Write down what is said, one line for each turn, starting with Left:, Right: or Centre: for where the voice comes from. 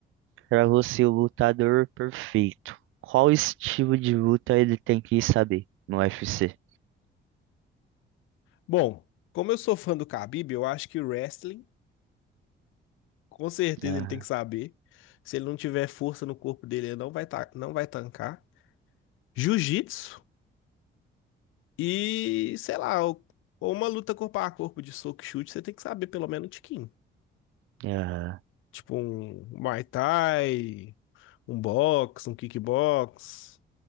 Right: Para você, o lutador perfeito, qual estilo de luta ele tem que saber no UFC?
Left: Bom, como eu sou fã do Khabib, eu acho que o wrestling, com certeza
Right: Aham,
Left: ele tem que saber. Se ele não tiver força no corpo dele, ele não vai, ta- não vai tancar. Jiu-jitsu e, sei lá, ou ou uma luta corpo a corpo de soco e chute, você tem que saber pelo menos um tiquinho.
Right: aham,
Left: Tipo um Muay Thai, um box, um kickbox,